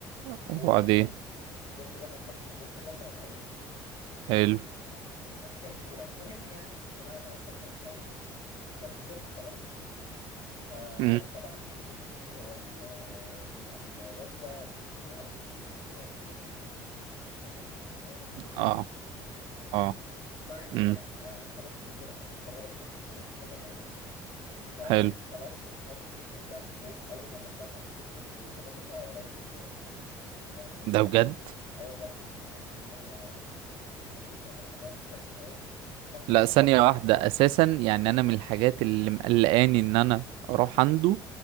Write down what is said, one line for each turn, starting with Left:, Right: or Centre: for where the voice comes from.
Right: وبعدين
Left: جوه التجمع مش جوه التجمع الخامس هو جوه التجمع الاول
Right: حلو
Left: مسافه كبيره المهم يعني طلعنا وصلنا ومش عارف ايه فنزلت طلبت فطبعا
Right: امم
Left: اتكلفت كتير هو ال- آه، بيبقى الوجبه بافريج من 220 ل 250 على حسب بقى يعني هو ده المنيو بتاعه
Right: اه
Left: 20 250
Right: اه
Left: ما علينا
Right: امم
Left: يعني انا أنا طلبت بزياده عشان بحب اجرب حاجات كتير بحب اجرب انواع كتير فطلبت
Right: حلو
Left: ومش عارف ايه فطلعت فوق اول لما طلعت على السلم لقيت الراجل طالع ورايا بالقدرات قلت بقى الناس
Right: ده
Left: ايه
Right: بجد
Left: اه والله قلت الناس ايه ده ده خدمه خدمه ده انا عمرها ما حصلت في حياتي اخويا واحد
Right: لا
Left: صاحبي
Right: ثانية واحدة اساسا يعني انا من الحاجات اللي مقلقاني ان انا اروح عنده